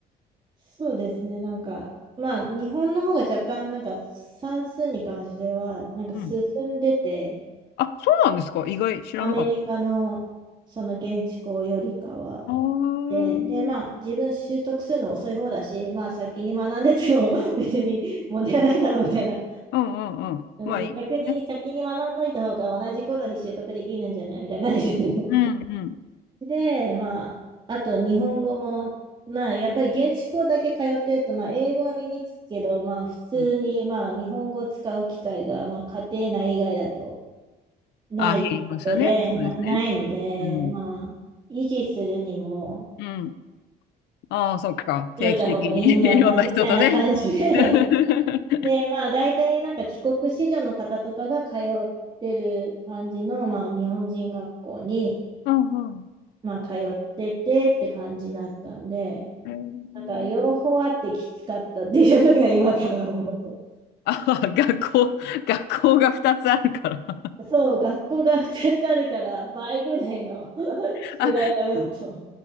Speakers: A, on the right; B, on the left.
A: そうですね。なんか、まあ、日本の方が若干、なんか、算数に関しては、なんか進んでて、
B: うん。あ、そうなんですか。意外、知らなかった。
A: アメリカのその現地校よりかは。
B: ああ、うん
A: で、で、まあ、自分習得するの遅い方だし、まあ、先に学んでても <laughs> 別に問題はないだろうみたいな。
B: うんうん。
A: うん、
B: まあいいね。
A: 逆に先に学んどいた方が同じ頃に習得できるんじゃないみたいな感じで。
B: うんうん。
A: で、まあ、あと日本語も、まあ、やっぱり現地校だけ通ってると、まあ、英語は身につくけど、まあ、普通に、
B: うん
A: まあ、日本語を使う機会が、まあ、家庭内以外だとないことで、
B: あ、減りますよね。
A: な、
B: そうですね。
A: ないので、
B: うん。
A: まあ、維持するにも、
B: うん。ああ、そっか。定期的に
A: 書いた方がいいんじゃないみたいな感じで、
B: <laughs> いろんな人とね。<laughs>
A: <laughs> で、まあ、大体なんか帰国子女の方とかが通ってる感じの、まあ、日本人学校に、
B: うんうん。
A: まあ、通っててって感じだったんで、
B: <laughs> えー
A: なんか両方あってきつかったっていうのが今から思うと。
B: ああ、学校、学校が2つあるから。<laughs>
A: そう、学校が2つあるから倍ぐらいの <laughs> 宿題の用途。
B: あ、